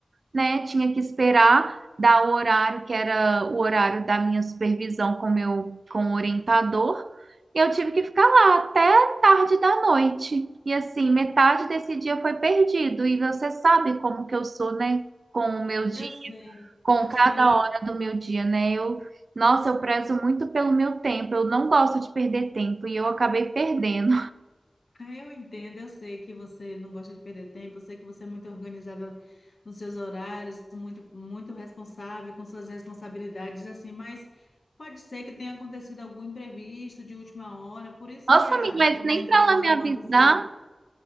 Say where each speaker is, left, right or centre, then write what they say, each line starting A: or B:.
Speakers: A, on the right; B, on the left.
A: né? Tinha que esperar dar o horário, que era o horário da minha supervisão com meu, com o orientador. E eu tive que ficar lá até tarde da noite. E assim, metade desse dia foi perdido. E você sabe como que eu sou, né? Com o meu dia,
B: Eu sei,
A: com
B: eu
A: cada
B: sei
A: hora do meu dia, né? Eu, nossa, eu prezo muito pelo meu tempo. Eu não gosto de perder tempo e eu acabei perdendo.
B: Ah, Eu entendo, eu sei que você não gosta de perder tempo, eu sei que você é muito organizada nos seus horários, muito, muito responsável com suas responsabilidades, assim, mas pode ser que tenha acontecido algum imprevisto de última hora, por isso
A: Nossa,
B: que a,
A: amiga, mas
B: que a mãe
A: nem
B: do
A: para
B: garoto
A: ela me avisar.
B: não avisou.